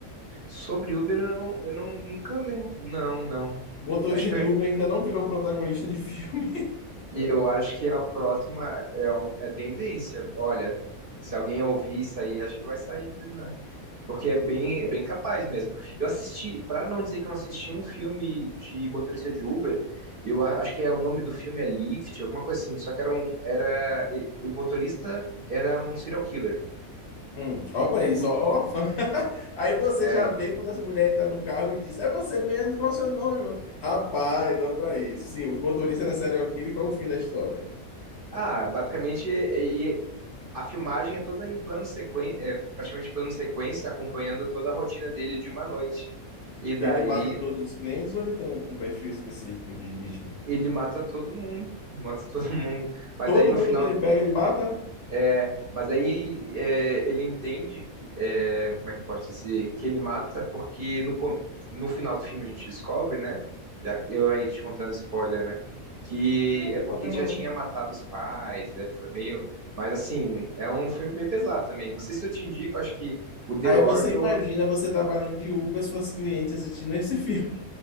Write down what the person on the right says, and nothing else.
Sobre Uber, eu não, eu não nunca lembro. Não, não.
Acho que
eu, eu acho que a próxima é, um- é tendência. Olha, se alguém ouvir isso aí, acho que vai sair. né? Porque é bem, é bem capaz mesmo. Eu assisti, para não dizer que eu não assisti um filme de motorista de Uber, eu a- acho que é o nome do filme é Lift, alguma coisa assim. Só que era um, era e- o motorista era um serial killer.
E o-
é.
ah, basicamente e- e a filmagem é toda em plano sequência, é praticamente plano sequência, acompanhando toda a rotina dele de uma noite. E daí
ele mata todo mundo, mata todo <laughs> mundo. Mas
daí no
final
É, mas aí é, ele entende que, é, como é que pode dizer, que ele mata porque no, com- no final do filme a gente descobre, né? Já, eu aí te contando spoiler, né? Que
é
porque
ele já
tinha matado os pais, né? Foi meio. Mas assim, é um filme bem pesado também. Não sei se eu te indico, acho que o The
Orville